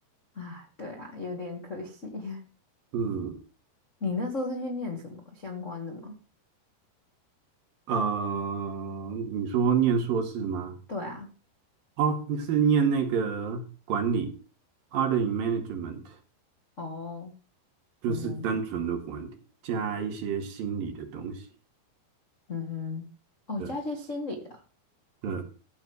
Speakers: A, on the left; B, on the right.
A: 啊，对啊，有点可惜。<laughs>
B: 嗯，
A: 你那时候是去念什么相关的吗？
B: 呃，你说念硕士吗？
A: 对啊，
B: 哦，你是念那个管理 a r d in Management），
A: 哦，
B: 就是单纯的管理，
A: 嗯哼，
B: 加一些心理的东西。
A: 嗯哼，哦，
B: 对，
A: 加一些心理的，
B: 呃